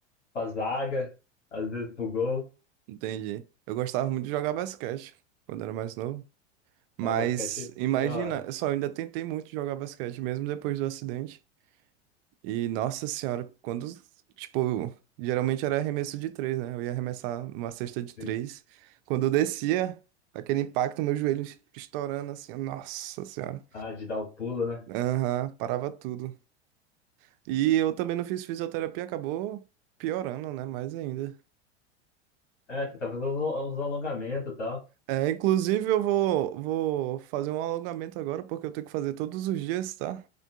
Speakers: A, on the left; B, on the right.
A: pra zaga, às vezes pro gol.
B: Entendi. Eu gostava muito de jogar basquete quando era mais novo. Mas
A: É, basquete
B: imagina,
A: da hora,
B: eu só ainda tentei muito jogar basquete, mesmo depois do acidente. E nossa senhora, quando, tipo, geralmente era arremesso de três, né? Eu ia arremessar uma cesta de
A: sim.
B: três. Quando eu descia, aquele impacto, meu joelho estourando assim, nossa senhora.
A: Ah, de dar o pulo, né?
B: Aham, parava tudo. E eu também não fiz fisioterapia, acabou piorando, né? Mais ainda.
A: É, tentar fazer os os alongamentos e tal.
B: É, inclusive, eu vou, vou fazer um alongamento agora, porque eu tenho que fazer todos os dias, tá?